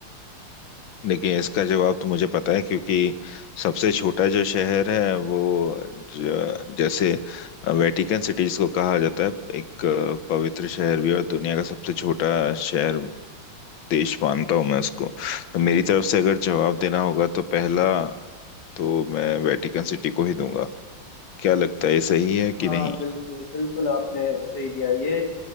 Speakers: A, on the left; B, on the left.
A: देखिए इसका जवाब तो मुझे पता है क्योंकि सबसे छोटा जो शहर है वो ज- जैसे वेटिकन सिटीज को कहा जाता है एक अ, पवित्र शहर भी और दुनिया का सबसे छोटा शहर देश मानता हूँ मैं उसको तो मेरी तरफ से अगर जवाब देना होगा तो पहला तो मैं वेटिकन सिटी को ही दूंगा क्या लगता है ये सही है कि
B: हाँ
A: नहीं
B: बिल्कुल बिल्कुल आपने सही दिया ये